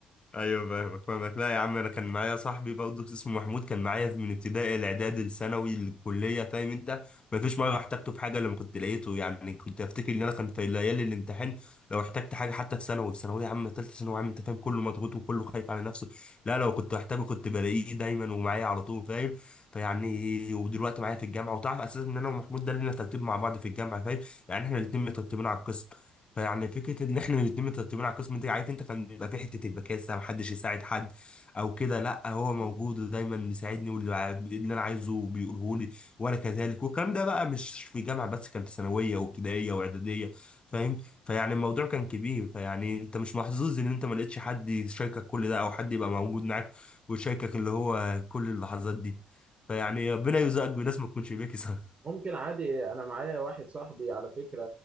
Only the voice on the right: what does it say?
ممكن عادي انا معايا واحد صاحبي على فكره